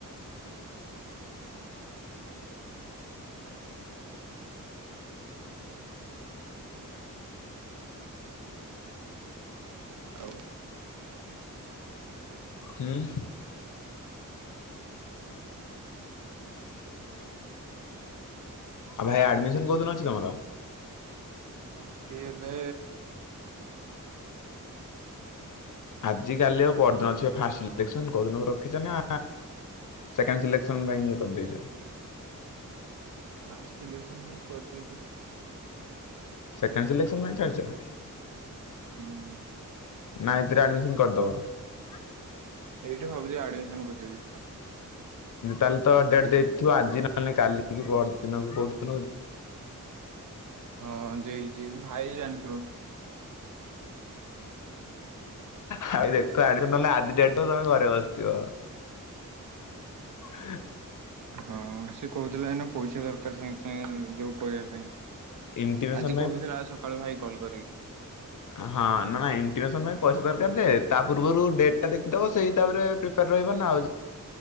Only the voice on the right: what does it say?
ଆଉ
ଅଛି ଏବେ
ଫାଷ୍ଟ ସିଲେକ୍ସନ ପାଇଁ କରିଦେଇଚି।
ହୁଁ
ଏଇଠି ଭାବୁଚି ଆଡମିସନ କରିଦେବି।
ହଁ ଦେଇଚି ଭାଇ ଜାଣିଥିବ।
ହଁ ସେ କଉଥିଲା ଏଇନା ପଇସା ଦରକାର ସାଙ୍ଗେ ସାଙ୍ଗେ ଯୋଉ କରିବା ପାଇଁ।
ଆଜି କହୁଥିଲା ଆଜିସକାଳୁ ଭାଇ କଲ୍ କରିକି।